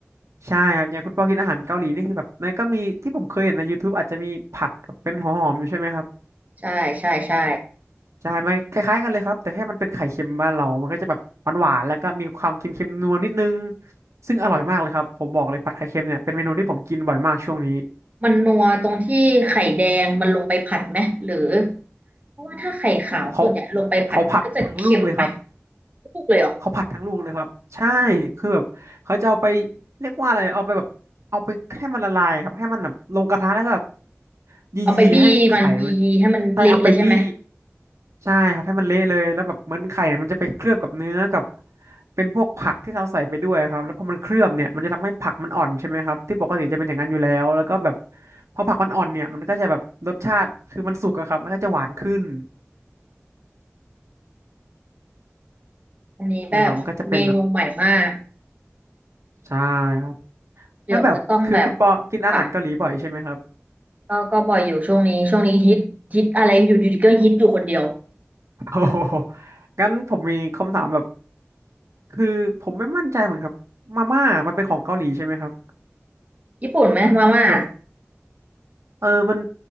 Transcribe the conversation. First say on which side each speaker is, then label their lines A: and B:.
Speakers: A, on the right (about 75°); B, on the right (about 30°).
A: ใช่ครับอย่างคุณปอกินอาหารเกาหลีนี่คือแบบมันก็มีที่ผมเคยเห็นใน YouTube อาจจะมีผัดกับเป็นหัวหอมอยู่ใช่ไหมครับ
B: ใช่ใช่ใช่
A: ใช่มันคล้ายๆกันเลยครับแต่แค่มันเป็นไข่เค็มบ้านเรามันก็จะแบบหวานๆแล้วก็มีความเค็มๆนัวนิดนึงซึ่งอร่อยมากเลยครับผมบอกเลยผัดไข่เค็มเนี่ยเป็นเมนูที่ผมกินบ่อยมากช่วงนี้
B: มันนัวตรงที่ไข่แดงมันลงไปผัดไหมหรือเพราะว่าถ้าไข่ขาวส่วนใหญ่ลงไปผัดมันก็จะเค็มไป
A: เขาเขาผัดทั้งลูกเลยครับ
B: ทุกเลยเหรอ
A: เขาผัดทั้งลูกเลยครับใช่คือแบบเขาจะเอาไปเรียกว่าอะไรเอาไปแบบเอาไปให้มันละลายครับให้มันแบบลงกระทะแล้วก็แบบยียียีให้ไข่มัน
B: เอาไปบี้มันยีให้มันเละเลยใช่ไหม
A: ใช่เอาไปบี้ใช่ครับให้มันเละเลยแล้วแบบเหมือนไข่เนี่ยมันจะไปเคลือบกับเนื้อกับเป็นพวกผักที่เราใส่ไปด้วยครับแล้วพอมันเคลือบเนี่ยมันจะทำให้ผักมันอ่อนใช่ไหมครับที่ปกติจะเป็นอย่างนั้นอยู่แล้วแล้วก็แบบพอผักมันอ่อนเนี่ยมันก็จะแบบรสชาติคือมันสุกอะครับแล้วก็จะหวานขึ้น
B: อันนี้แบบเมนูใหม่มาก
A: เนี่ยครับมันก็จะเป็นใช่ครับ
B: เดี๋ยวจะต้องแบบ
A: แล้วแบบคือคุณปอกินอาหารเกาหลีบ่อยใช่ไหมครับ
B: ค่ะ ก็ก็บ่อยอยู่ช่วงนี้ช่วงนี้ฮิตฮิตอะไรอยู่ดีๆก็ฮิตอยู่คนเดียว
A: <laughs> โอ้โหงั้นผมมีคำถามแบบคือผมไม่มั่นใจเหมือนครับมาม่ามันเป็นของเกาหลีใช่ไหมครับ
B: ญี่ปุ่นไหมมาม่า
A: แบบเออมัน